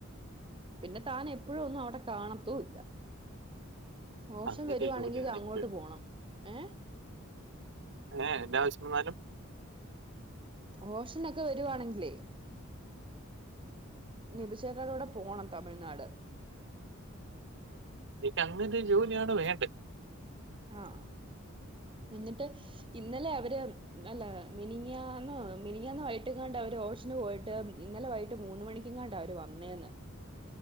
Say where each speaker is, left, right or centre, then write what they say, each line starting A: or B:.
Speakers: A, on the right (about 25°); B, on the right (about 60°).
A: പിന്നെ തൻ എപ്പോഴുംൊന്നും അവിടെ കാണത്തൂ ഇല്ല മോശം
B: അങ്ങനെ
A: വരുവാണെങ്കിൽത്
B: ഒരു ജോലിയാണ്
A: അങ്ങോട്ട്
B: എനിക്ക്
A: പോണം ഏ
B: ഏ എന്താവശ്യന്മാരും
A: ഓഷനൊക്കെ വരുവാണെങ്കിലേ നിബിജകളോടെ പോണം തമിഴ്നാട്
B: എനിക്ക് അങ്ങനത്തെ ജോലിയാണ് വേണ്ടത്
A: ആഹ എന്നിട്ട് ഇന്നലെ അവര് അല്ല മിനിങ്ങന്നോ മിനിയന്നോ ആയിട്ട്ണ്ട ഓഷന് പോയിട്ട് ഇന്നലെ വൈട്ട് മൂന്ന മണിക്കങ്ങാണ്ട അവര് വന്നേന്ന്